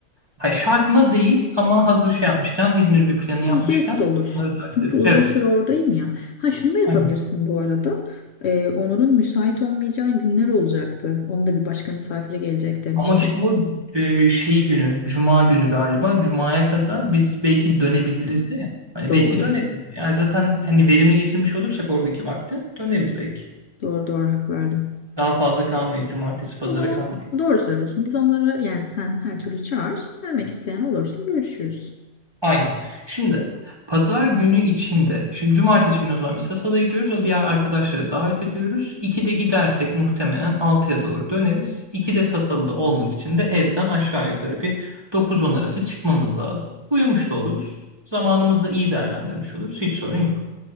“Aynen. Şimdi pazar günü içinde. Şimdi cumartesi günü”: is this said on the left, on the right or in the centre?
Right